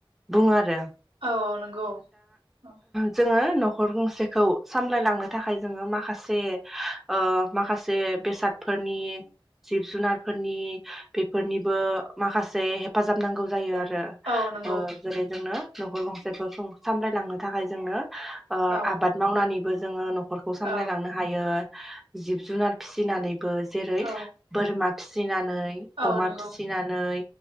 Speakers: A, in the centre; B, on the right (about 85°).
A: बुंङो आरो।
B: औ नंगौ औ।
A: जोंङो नखर गंसेखौ सामलायलांनो थाखाय जोंङो माखासे ओ माखासे बेसादफोरनि जिब जुनारफोरनि बेफोरनिबो माखासे हेफाजाब नांगौ जायो आरो
B: औ नंगौ
A: ओ जेरै जोंनो नखर गंसेखौ सामलायलांनो थाखाय जोंनो ओ
B: औ
A: आबाद मावनानैबो <inaudible> नखरखौ सामलायलांनो
B: औ
A: हायो। जिब जुनार फिसिनानै बो जेरै
B: औ
A: बोरमा फिसिनानै
B: औ
A: अमा
B: नंगौ
A: फिसिनानै